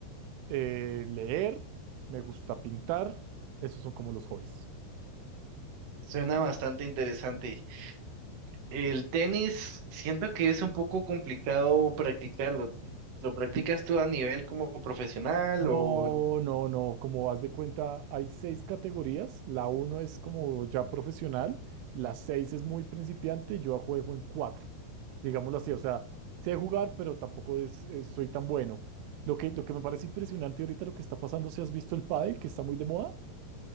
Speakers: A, on the right; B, on the right.
A: eh, leer, me gusta pintar. Esos son como los hobbies.
B: Suena bastante interesante. El tenis, siento que es un poco complicado practicarlo. ¿Lo practicas tú a nivel como profesional
A: No,
B: o...
A: no, no, como vas de cuenta, hay seis categorías. La uno es como ya profesional, la seis es muy principiante, yo juego en cuatro, digámoslo así, o sea, sé jugar, pero tampoco es, es- soy tan bueno. Lo que, lo que me parece impresionante ahorita lo que está pasando, si has visto el pádel, que está muy de moda.